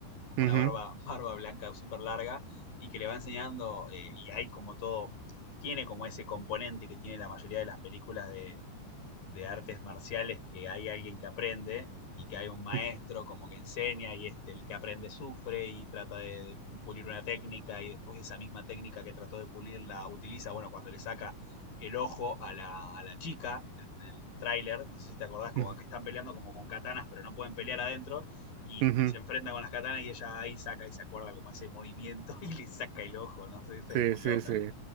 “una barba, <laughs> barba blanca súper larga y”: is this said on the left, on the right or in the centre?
Left